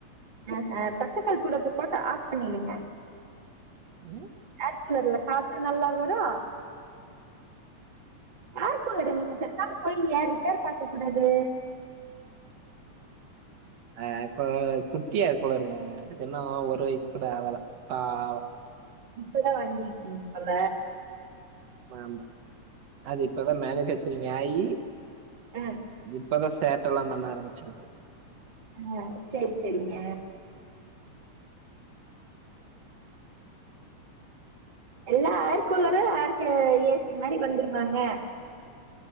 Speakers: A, on the right; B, on the right.
A: அஹ பச்சக்கற்பூரத்த போட்டு ஆஃப் பண்ணிருங்க
B: ம்
A: ஏர் கூலர்ல காத்து நல்லா வரு ஏர் கூலர் நீங்க பெசாம போய் ஏ ரிப்பேர் பாக்க கூடாது
B: அ இப்போ குட்டி ஏர் கூலருங்க அதுக்கின்னு ஒரு வயிஸ் கூட ஆவல பாவோ
A: இப்பதா வாங்கிருக்கீங் போல
B: மாமா அது இப்பதா மேனுஃபேக்சரிங் ஆயி
A: ஆ
B: இப்பதா சேட்டலா பண்ண ஆரம்பிச்சிருக்கு
A: நோ சேர் சேரிங்க எல்லா ஏர் கூலரு ஏர்க்குல ஏ சி மாரி வந்துருமாங்க